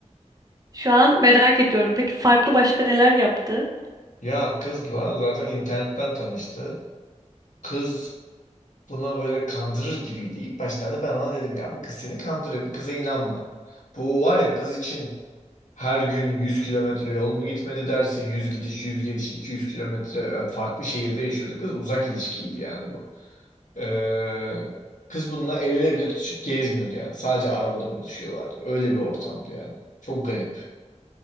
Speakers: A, on the right; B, on the left.
A: Şu an merak ediyorum. Peki farklı başka neler yaptı?
B: Ya kızla zaten internetten tanıştı. Kız buna böyle kandırır gibiydi. İlk başlarda ben ona dedim ya bu kız seni kandırıyor. Bu kıza inanma. Bu var ya kız için Her gün 100 kilometre yol mu gitmedi dersin? 100 gidiş, 100 geliş, 200 kilometre. Yani Farklı şehirde yaşıyordu kız. Uzak ilişkiydi yani bu. Ee, kız bununla el ele bile tutuşup gezmiyordu yani. Sadece arabada buluşuyorlardı. Öyle bir ortamdı yani. Çok garip.